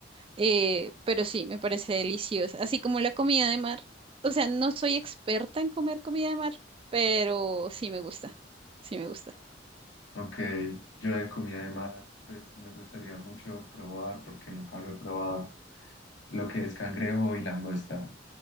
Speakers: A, on the right (about 30°); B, on the left (about 70°).
A: eh, pero sí, me parece deliciosa, así como la comida de mar. O sea, no soy experta en comer comida de mar, pero sí me gusta, sí me gusta.
B: Ok, yo de comida de mar pues me gustaría mucho probar porque nunca lo he probado. lo que es cangrejo y langosta,